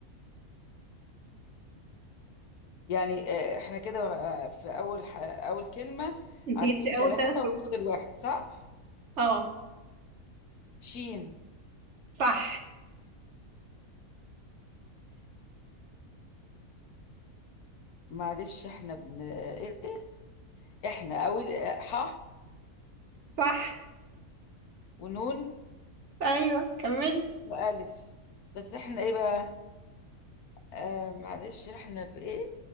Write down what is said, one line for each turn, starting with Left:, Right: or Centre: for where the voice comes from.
Left: يعني آه، احنا كده آه، في أول ح... أول كلمة
Right: انت
Left: عارفين
Right: جبت
Left: ثلاثة
Right: اول ثلاث
Left: وفاضل
Right: حروف
Left: واحد صح؟
Right: اه
Left: شين
Right: صح
Left: معلش احنا بن... إيه؟ احنا أول آه، ح
Right: صح
Left: ونون
Right: ايوه كملي
Left: وألف بس احنا ايه بقى؟ آه معلش احنا بإيه؟